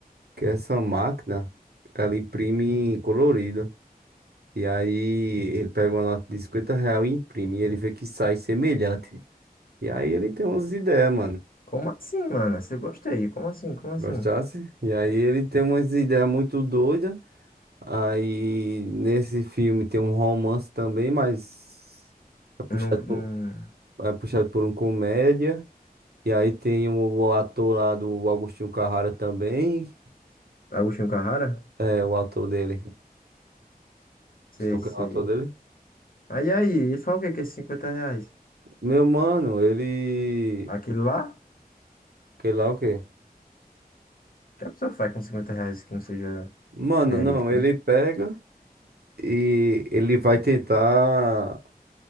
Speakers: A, on the right; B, on the left.
A: que é essa máquina, ela imprime colorido. E aí ele pega uma nota de 50 real e imprime. E ele vê que sai semelhante. E aí ele tem umas ideias, mano.
B: Como assim, mano? Você gosta aí? Como assim? Como assim?
A: Gostasse? E aí ele tem umas ideias muito doidas. Aí nesse filme tem um romance também, mas é puxado
B: Não, não...
A: por, é puxado por um comédia. E aí tem o ator lá do Agostinho Carrara também.
B: Agostinho Carrara?
A: É o ator dele.
B: Sei,
A: Sabe
B: sei.
A: quem é o ator dele?
B: Aí, aí, ele fala o quê? Que é esses 50 reais?
A: Meu mano, ele.
B: Aquilo lá?
A: Sei lá o quê?
B: O que a pessoa faz com 50 reais que não seja
A: Mano,
B: verídico,
A: não, ele
B: né?
A: pega e ele vai tentar.